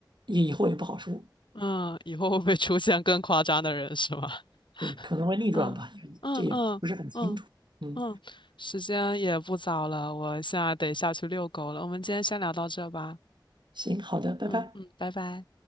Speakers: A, on the right (about 75°); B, on the left (about 80°).
A: 以以后也不好说。
B: 嗯，以后会不会出现更夸张的人是吗？
A: 对，可能会逆转吧，
B: <laughs> 嗯嗯嗯嗯
A: 也这也不是很清楚。嗯，
B: 嗯，时间也不早了，我现在得下去遛狗了。我们今天先聊到这吧。
A: 行，好的，拜拜。
B: 嗯嗯，拜拜。